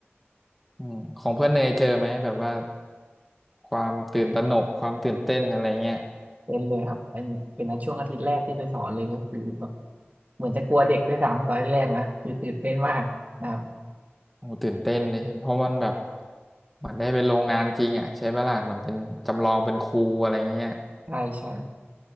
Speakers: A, in the centre; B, on the right.
A: อืมของเพื่อนเนยเจอไหมแบบว่าความตื่นตระหนกความตื่นเต้นอะไรเงี้ย
B: เป็นเลยครับเป็นเป็นนะช่วงอาทิตย์แรกที่ไปสอนเลยก็คือแบบเหมือนจะกลัวเด็กด้วยซ้ำตอนแรกๆนะคือตื่นเต้นมากนะครับ
A: โอ้ตื่นเต้นเลยใช่ไหมเพราะมันแบบเหมือนได้ไปโรงงานจริงอ่ะใช่ปะล่ะเหมือนเป็นจำลองเป็นครูอะไรเงี้ย
B: ใช่ใช่